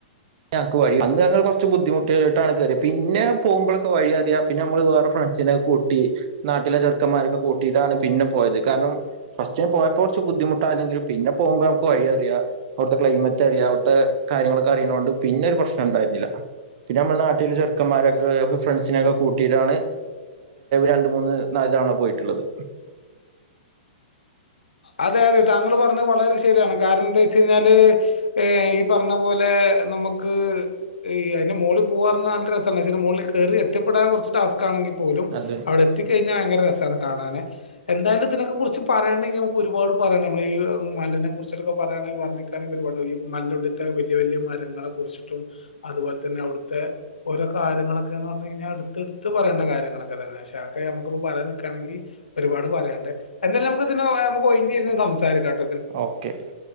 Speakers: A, on the right; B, on the left.
A: ഞങ്ങക്ക് വഴി അന്ന് ഞങ്ങൾ കൊറച്ച് ബുദ്ധിമുട്ടായിട്ടാണ് കേറിയെ പിന്നെ പോമ്പളൊക്കെ വഴിയറിയാം പിന്നെ നമ്മള് വേറെ ഫ്രണ്ട്സിനെ കൂട്ടി നാട്ടിലെ ചെറുക്കന്മാരൊക്കെ കൂട്ടിട്ടാണ് പിന്നെ പോയത് കാരണം ഫസ്റ്റ് പോയപ്പോ കുറച്ച് ബുദ്ധിമുട്ടാരുന്നെങ്കിലും പിന്നെ പോമ്പോ നമുക്ക് വഴി അറിയാം അവിടുത്തെ ക്ലൈമറ്റ് അറിയാം അവിടുത്തെ കാര്യങ്ങളൊക്കെ അറിയണോണ്ട് പിന്നെ ഒരു പ്രശ്നം ഇണ്ടായിരുന്നില്ല പിന്നെ നമ്മള് നാട്ടില് ചെറുക്കന്മാരൊക്കെ ഫ്രണ്ട്സിനെക്കെ കൂട്ടിയിട്ടാണ് രണ്ട് മൂന്ന് നാല് തവണ പോയി ട്ട്ള്ളത്.
B: അതെ അതെ താങ്കള് പറഞ്ഞത് വളരെ ശെരിയാണ് കാരണം എന്താച്ചയ്ഞ്ഞാല് ഏഹ് ഈ പർണ പോലെ നമക്ക് ഈ അയ്ൻ്റെ മോള് പോവാ പറഞാ നല്ല രസാണ് പഷേ അയിന്റെ മോളിൽക്ക് കേറി എത്തിപ്പെടാൻ കൊറച്ച് ടാസ് കാണെങ്കി പോലും
A: അത്
B: അവടെ എത്തിക്കയ്ഞ്ഞാ വയങ്കര ര സാണ്. കാണാന് എന്തായാലും ഇതിനെക്കെ കുറിച്ച് പറയാണ്ടെങ്കി നമുക്ക് ഒരുപാട് പറയണം നമ്മള് ഈ മലെനെ കുറ്ച്ച്ട്ടൊക്കെ പറയാണെങ്കി വർണിക്കാണെങ്കി ഒരുപാട്ണ്ടാവും ഈ മലെന്റെ ഉള്ളിത്തെ വല്യ വല്യ മരങ്ങളെ കുറിച്ചിട്ടും അതുപോലെ തന്നെ അവ്ടുത്തെ ഓരോ കാര്യങ്ങളൊക്കേന്ന് പറഞ് കയ്ഞ്ഞാ ഇട്ത്ത് ഇട്ത്ത് പറയേണ്ട കാര്യങ്ങളൊക്കെ തന്നെ പക്ഷെ അ ഒക്കെ നമുക്ക്പ്പോ പറയാ നി നിക്കാണെങ്കി ഒരുപാട് പറയാൻണ്ട് എന്തായാലും നമുക്ക് ഇതിനെ നമുക്ക് ഒയിഞ്ഞിര്ന്ന് സംസാരിക്കാ
A: ഓക്കെ,